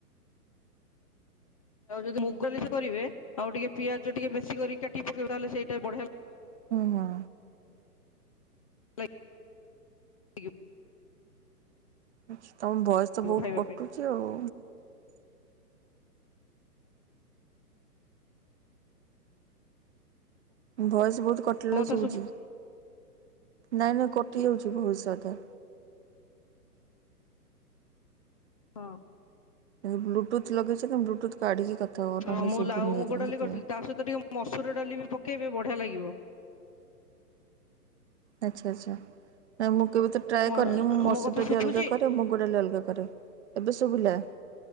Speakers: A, on the left; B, on the right.
A: ଆଉ ଯଦି ମୁଗଲି କରିବେ ଆଉ ଟିକେ ପିଆଜ ଟିକେ ବେଶୀ କରି କାଟି ପକେଇବା ତାହେଲେ ସେଇଟା ବଢିଆ ଲାଗ
B: ହୁଁ ହଁ।
A: <unintelligible>
B: ଆଛା। ତମ ଭଏସ ତ ବହୁତ
A: ଖାଇବା
B: କଟୁଛି
A: ପାଇଁ
B: ଆଉ। ଭଏସ ବହୁତ କଟିଲା
A: ମୋ କଥା
B: ଶୁଭୁଛି। ନାଇଁ ନାଇଁ କଟି ଯାଉଛି ବହୁତ ଯାଦା।
A: ହଁ।
B: ବ୍ଲୁଟୁଥ ଲଗେଇେଛନ୍ତି ବ୍ଲୁଟୁଥ କାଢିକି କଥା ହୁଅ
A: ହଁ
B: ନହେଲେ
A: ମୁଁ
B: ଶୁଭୁନି
A: ଲାଉ ମୁଗ
B: ସେଥିରେ
A: ଡାଲି
B: ସେଥିପାଇଁ।
A: କରିଥିଲି ତା ସହିତ ଟିକେ ମସୁର ଡାଲି ବି ପକ୍ କେଇବେ ବଢିଆ ଲାଗିବ।
B: ଆଚ୍ଛା ଆଛା ମୁ କେବେ ତ ଟ୍ରାଏ
A: ମୋ
B: କରିନି ମୁଁ ମସୁରୀ
A: ମୋ କଥା
B: ଟାଲି
A: ଶୁଭୁଛି
B: ଅଲଗା କରେ ମୁଗଡାଲି ଅଲଗା କରେ ଏବେ ସ ଶୁବିଲା।